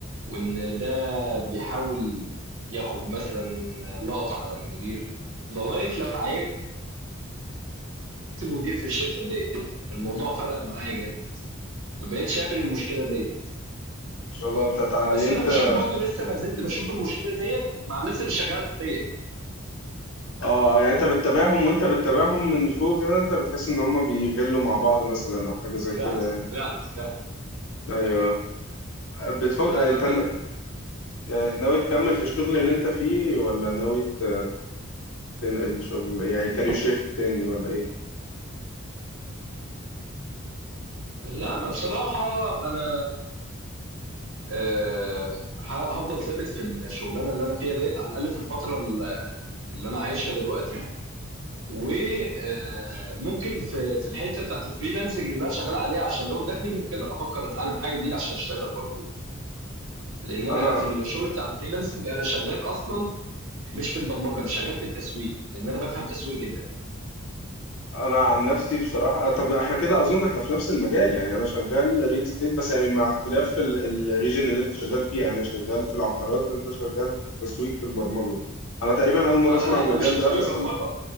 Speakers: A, on the right; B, on the left.
A: وان بيحاول ياخد مثلًا لقطة على المدير، لغاية لمّا عينت مدير في الشركة ديّة، الموضوع فرق معايا جامد، ما بقيتش أقابل المشكلة ديّة،
B: ما شاء الله أنت تع...
A: بس
B: يعني أنت
A: أنا باشوف برضه لسه ما زلت باشوف المشكلة ديّة مع الناس اللي شغّالة تحتيّا،
B: آه يعني أنت بتتابعهم وأنت بتتابعهم من فوق كده أنت بتحس إن هما بيغلوا مع بعض مثلا أو حاجة زي كده
A: فعلًا، فعلًا،
B: يعني
A: فعلًا،
B: أيوه بتفكر
A: فعلًا.
B: أنت ن... يعني ناوي تكمل في الشغل اللي أنت فيه ولا ناوي ت... تنقل شغل يعني كارير شيفت تاني ولا إيه؟
A: لأ أنا بصراحة أنا آآ ه هافضل ثابت في الشغلانة اللي أنا فيها ديّة على الأقل في الفترة ال اللي أنا عايشها دلوقتي. وممكن في في الحته بتاعت الفريلانسنج اللي انا شغال عليها عشان ازود دخلي ممكن افكر اتعلم حاجه جديده عشان اشتغل برضو لان
B: أنا
A: انا في الشغل بتاع الفريلانسنج انا شغال اصلا مش في البرمجه انا شغال في التسويق لان انا بفهم تسويق جدا
B: انا عن نفسي بصراحه آه، طب احنا كده اظن احنا في نفس المجال يعني انا شغال ريل استيت بس يعني مع اختلاف الريجن اللي انت شغال فيها يعني انا شغال في العقارات انت شغال في التسويق في البرمجه انا تقريبا اول مره
A: انا
B: اسمع
A: لا
B: المجال
A: انا مش تسويق
B: ده بس
A: برمجه
B: آه،